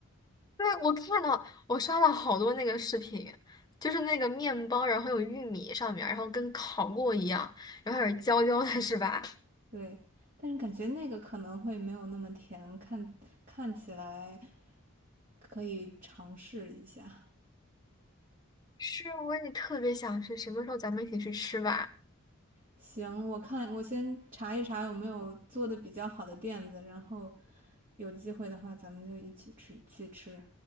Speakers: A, on the left; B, on the right.
A: 对，我看到我刷了好多那个视频，就是那个面包，然后有玉米上面，然后跟烤过一样，然后有点焦焦的，是吧？
B: 对。但是感觉那个可能会没有那么甜，看看起来可以尝试一下。
A: 是，我也特别想吃，什么时候咱们一起去吃吧？
B: 行，我看我先查一查有没有做的比较好的店子，然后有机会的话咱们就一起吃去吃。